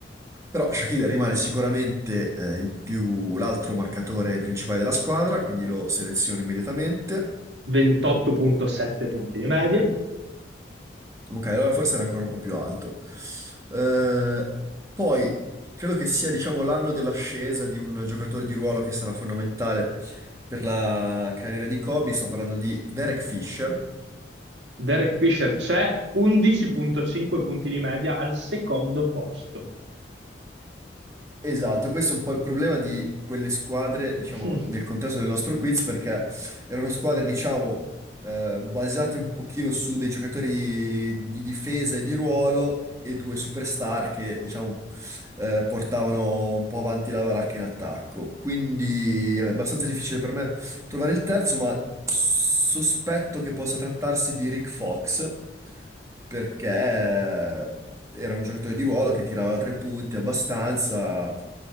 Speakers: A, on the right; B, on the right.
A: Però Shaquille rimane sicuramente eh, il più- l'altro marcatore principale della squadra, quindi lo seleziono immediatamente.
B: 28.7 punti di media.
A: Ok, allora forse era ancora un po' più alto. Eh, poi credo che sia, diciamo, l'anno dell'ascesa di un giocatore di ruolo che sarà fondamentale per la carriera di Kobe. Sto parlando di Derek Fisher,
B: Derek Fisher c'è 11.5 punti di media al secondo posto.
A: Esatto, questo è un po' il problema di quelle squadre, diciamo,
B: <laughs>
A: nel contesto del nostro quiz, perché erano squadre, diciamo, eh, basate un pochino su dei giocatori di difesa e di ruolo e due superstar che, diciamo, eh, portavano un po' avanti la baracca in attacco. Quindi è abbastanza difficile per me trovare il terzo, ma sospetto che possa trattarsi di Rick Fox, perché era un giocatore di ruolo che tirava da tre punti abbastanza,